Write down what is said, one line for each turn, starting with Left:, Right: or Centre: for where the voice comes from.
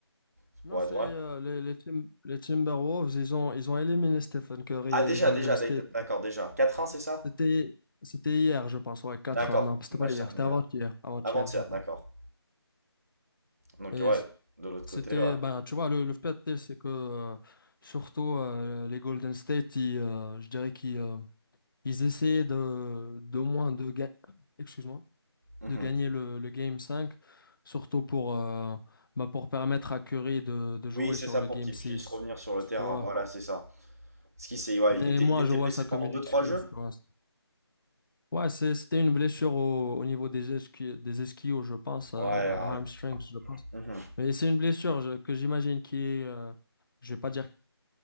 Right: Ça
Left: Non,
Right: pourrait
Left: c'est
Right: être vrai.
Left: euh, les, les, Tim- les Timberwolves, ils ont, ils ont éliminé Stephen Curry
Right: Ah, déjà,
Left: et Golden
Right: déjà, d'ac-
Left: State.
Right: d'accord, déjà. quatre un c'est ça?
Left: C'était, c'était hier, je pense, ouais, 4-1.
Right: D'accord.
Left: Non, c'était
Right: Match
Left: pas hier,
Right: terminé
Left: c'était avant-hier,
Right: hier.
Left: avant-hier,
Right: Avant-hier,
Left: je pense.
Right: d'accord. Donc
Left: Et
Right: ouais, de l'autre
Left: C'était,
Right: côté, ouais.
Left: ben, tu vois, le, le fait, c'est que euh, surtout euh, les Golden State, ils, euh, je dirais qu'ils euh, ils essayaient de, de moins de, ga- excuse-moi,
Right: Mhm.
Left: de gagner le, le Game cinq surtout pour, euh, ben, pour permettre à Curry de, de
Right: Oui,
Left: jouer
Right: c'est
Left: sur
Right: ça
Left: le
Right: pour
Left: Game
Right: qu'il
Left: six
Right: puisse revenir sur le terrain,
Left: tu vois.
Right: voilà, c'est ça. Ce qui c'est, ouais,
Left: Mais
Right: il était,
Left: moi,
Right: il était
Left: je vois
Right: blessé
Left: ça comme
Right: pendant
Left: une
Right: deux
Left: excuse,
Right: trois jeux?
Left: tu vois. Ouais, c'est- c'était une blessure au, au niveau des esqui- des ischios, je pense,
Right: Ouais,
Left: euh, à,
Right: ouais.
Left: à hamstrings, je pense.
Right: Mhm.
Left: Mais c'est une blessure je- que j'imagine qui est... euh, je vais pas dire